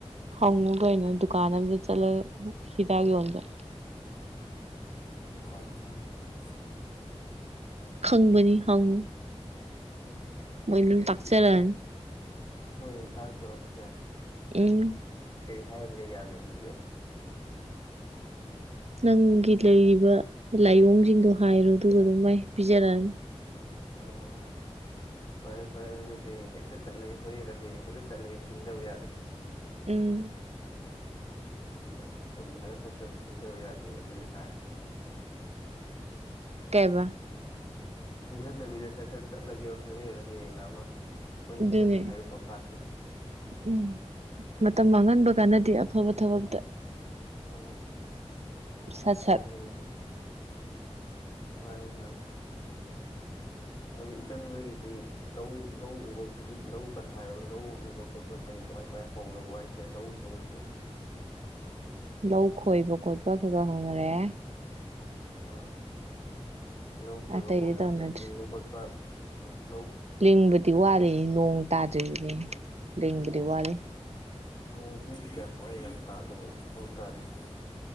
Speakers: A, on the right; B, on the left.
A: ꯍꯪꯉꯨ ꯀꯩꯅꯣ ꯗꯨꯀꯥꯟ ꯑꯗ ꯆꯠꯂꯒ ꯍꯤꯗꯥꯛ ꯌꯣꯟꯕ
B: ꯗꯨꯀꯥꯟ ꯈꯪꯗꯣꯔꯣ ꯍꯤꯏꯁꯦ
A: ꯈꯪꯕꯅꯤ ꯍꯪꯉꯨ
B: ꯎꯝ
A: ꯃꯣꯏ ꯑꯗꯨꯝ
B: ꯑꯩꯗꯤ
A: ꯇꯥꯛꯆꯔꯛꯑꯅꯤ
B: ꯃꯣꯏ ꯑꯗꯨꯝ ꯇꯥꯛꯂꯛꯇꯣꯏꯔꯣ ꯍꯥꯏꯁꯦ
A: ꯎꯝ
B: ꯀꯩ ꯍꯥꯏ ꯂꯩ ꯌꯥꯅꯤ ꯑꯗꯨꯗꯤ
A: ꯅꯪꯒꯤ ꯂꯩꯔꯤꯕ ꯂꯥꯏꯑꯣꯡꯁꯤꯡꯗꯣ ꯍꯥꯏꯔꯣ ꯑꯗꯨꯒ ꯑꯗꯨꯝ ꯃꯥꯏ ꯄꯤꯖꯔꯛꯑꯅꯤ
B: ꯎꯝ ꯐꯔꯦ ꯐꯔꯦ ꯑꯗꯨꯗꯤ ꯍꯌꯦꯡ ꯍꯦꯛꯇ ꯆꯠꯂꯒꯦ ꯍꯣꯔꯦꯟꯅ ꯍꯌꯦꯡ ꯍꯦꯛꯇ ꯆꯠꯂꯒꯦ ꯊꯦꯡꯗꯕ ꯌꯥꯗꯦ
A: ꯎꯝ
B: ꯁꯠ ꯁꯠ ꯇꯧꯖꯤꯜꯂꯒ ꯁꯠ ꯁꯠ ꯊꯤꯟꯊꯕ ꯌꯥꯗꯦꯕ ꯑꯗꯨꯗꯤ ꯍꯥ
A: ꯀꯩꯕ
B: ꯊꯤꯟꯊꯗꯕꯤꯗ ꯁꯠ ꯁꯠ ꯆꯠꯂꯒꯦꯕ ꯍꯣꯔꯦꯟꯂ ꯍꯌꯦꯡꯂ ꯑꯃ ꯑꯩꯈꯣꯏ
A: ꯑꯗꯨꯅꯦ
B: ꯏꯆꯟꯅ ꯍꯥꯏꯔꯤꯕ ꯄꯥꯎꯇꯥꯛꯁꯤ
A: ꯎꯝ ꯃꯇꯝ ꯃꯥꯡꯍꯟꯕ ꯀꯥꯟꯅꯗꯦ ꯑꯐꯕ ꯊꯕꯛꯇ
B: ꯎꯝ
A: ꯁꯠ ꯁꯠ
B: ꯃꯥꯅꯦ ꯃꯥꯅꯦ ꯃꯥꯅꯤ ꯃꯥꯅꯤ ꯑꯗꯨ ꯏꯆꯟ ꯍꯣꯏꯒꯤꯗꯤ ꯂꯧ ꯂꯧ ꯎꯕ ꯍꯧꯖꯤꯛ ꯂꯧ ꯄꯟꯊꯥ ꯌꯧꯕ ꯂꯧ ꯎꯕ ꯈꯣꯠꯄ ꯀꯔꯤ ꯀꯃꯥꯏ ꯀꯃꯥꯏꯅ ꯍꯧꯔꯕꯣ ꯍꯥꯏꯁꯦ ꯂꯧꯎ ꯁꯤꯡꯎꯁꯦ
A: ꯂꯧ ꯈꯣꯏꯕ ꯈꯣꯠꯄ ꯈꯒ ꯍꯧꯅꯔꯛꯑꯦ
B: ꯎꯝ ꯂꯧ ꯈꯣꯏꯕ
A: ꯑꯇꯩꯗꯤ
B: ꯍꯧꯔꯦꯕ
A: ꯇꯧꯅꯗ꯭ꯔꯤ
B: ꯀꯩ ꯂꯤꯡꯕ ꯈꯣꯠꯄ ꯑꯣ
A: ꯂꯤꯡꯕꯗꯤ ꯋꯥꯠꯂꯤ ꯅꯣꯡ ꯇꯥꯗ꯭ꯔꯤꯖꯤꯅꯦ ꯂꯤꯡꯕꯗꯤ ꯋꯥꯠꯂꯤ
B: ꯅꯣꯡꯁꯤ ꯀꯌꯥꯝ ꯋꯥꯏꯂꯤ ꯌꯥꯠꯅꯣ ꯍꯧꯖꯤꯛ ꯐꯥꯎ ꯇꯥꯗ꯭ꯔꯤꯁꯤꯅ